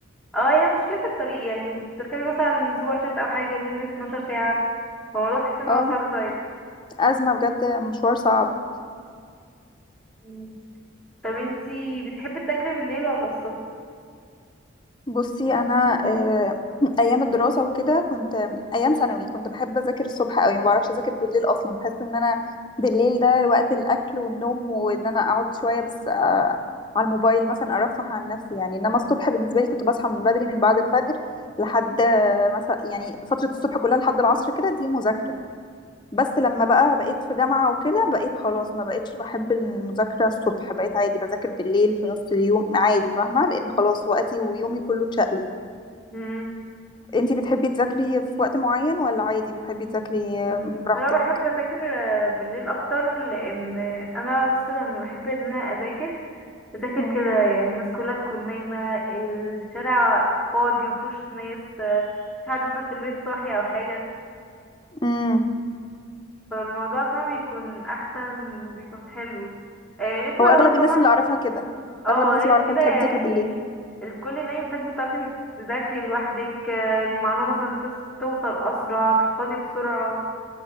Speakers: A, in the centre; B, on the left.
A: اه هي مشكلة الطريق يعني تركبي مثلا سوبر جيت او حاجة لمدة 12 ساعة فالموضوع بحس ان
B: اه
A: هو صعب شوية
B: ازمة بجد مشوار صعب
A: مم. طب انتي بتحبي تذاكري بالليل ولا الصبح؟
B: بصي انا آه، <clears throat> ايام الدراسه وكده كنت آه، ايام ثانوي كنت بحب اذاكر الصبح قوي ما بعرفش اذاكر بالليل اصلا بحس ان انا بالليل ده وقت الاكل والنوم وان انا اقعد شويه بس آه، على الموبايل مثلا ارفه عن نفسي يعني انما الصبح بالنسبه لي كنت بصحى من بدري من بعد الفجر لحد آه، مثلا يعني فتره الصبح كلها لحد العصر كده دي مذاكره بس لما بقى بقيت في جامعه وكده بقيت خلاص ما بقيتش بحب المذاكره الصبح بقيت عادي بذاكر بالليل في نص اليوم عادي فاهمه لان خلاص وقتي ويومي كله اتشقلب
A: مم.
B: انتي بتحبي تذاكري في وقت معين ولا عادي بتحبي تذاكري
A: مم،
B: براحتك
A: بصراحة بحب اذاكر آه، بالليل اكتر لان انا بصي لما بحب ان انا اذاكر اذاكر
B: مم.
A: كده يعني الناس كلها تكون نايمة الشارع فاضي مفهوش ناس آه، مش حد مثلا في البيت صاحي او حاجة
B: مم.
A: فالموضوع طبعا بيكون احسن وبيكون حلو آه، غير كده
B: هو اغلب
A: برضه
B: الناس
A: فاهمة
B: اللي اعرفها كده
A: اه
B: اغلب الناس
A: غير
B: اللي اعرفها
A: كده
B: بتحب
A: يعني
B: تذاكري بالليل
A: الكل نايم فانتي بتعرفي انك تذاكري لوحدك آه، المعلومة مثلا تس- توصل اسرع تحفظي بسرعة